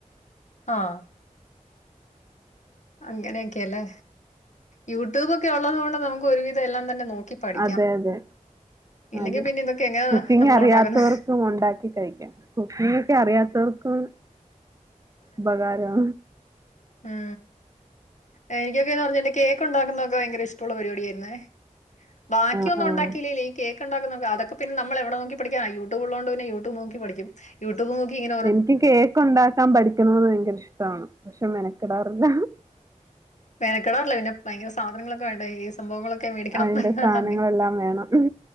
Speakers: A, on the left (about 60°); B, on the right (about 25°).
A: ആഹ് അങ്ങനെയൊക്കെല്ലേ യൂട്യൂബ് ഒക്കെ ഉള്ളത് കൊണ്ട് നമുക്ക് ഒരുവിധം എല്ലാം തന്നെ നോക്കി പഠിക്കാം.
B: അതെ അതെ
A: ഇല്ലെങ്കി
B: അതെ
A: പിന്നെ ഇതൊക്കെ എങ്ങനെ
B: കുക്കിംഗ്
A: നമ്മൾ
B: അറിയാത്തവർക്കും
A: ഉണ്ടാക്കുന്നെ
B: ഉണ്ടാക്കി കഴിക്കാം കുക്കിംഗ് ഒക്കെ അറിയാത്തവർക്കും ഉപകാരാ
A: മ്മ് എനിക്കൊക്കെന്ന് പറഞ്ഞിട്ടുങ്കിൽ കേക്ക്ണ്ടാക്കുന്നതൊക്കെ ഭയങ്കര ഇഷ്ടുള്ള പരിപാടി ആയിരുന്നേ ബാക്കിയൊന്നും
B: ആ ആ
A: ഉണ്ടാക്കിലേല് കേക്ക് ഉണ്ടാകുന്നെ ഒകെ അതൊക്കെ പിന്നെ നമ്മൾ എവിടെ നോക്കി പഠിക്കാനാ യൂട്യൂബ് ഉള്ളതോണ്ട് പിന്നെ യൂട്യൂബ് നോക്കി പഠിക്കും യൂട്യൂബ് നോക്കി ഇങ്ങ
B: എനിക്ക് കേക്കു ഉണ്ടാക്കാൻ പഠിക്കണേ ഭയങ്കര ഇഷ്ടാണ് പക്ഷെ മെനകെടാറില്ല
A: മെനക്കെടാറില്ല പിന്നെ ഭയങ്കര സാധനങ്ങളൊക്കെ വേണ്ട ഈ സംഭവങ്ങളൊക്കെ മേടിക്കണം
B: അതിന്റെ സാധനങ്ങളെല്ലാം
A: അങ്ങ
B: വേണം